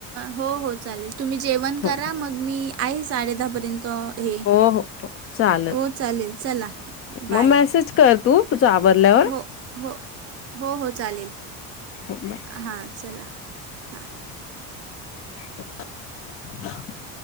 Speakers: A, on the right; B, on the left.
A: हो हो चालेल. तुम्ही जेवण
B: हो
A: करा मग मी. आही साडे दहा पर्यंत हे
B: हो हो हो चालेल
A: हो चालेल चला. बाय
B: मग मेसेज कर तू तुझ आवरल्यावर.
A: हो हो हो हो चालेल.
B: हम बाय.
A: हां चला. हां
B: <inaudible>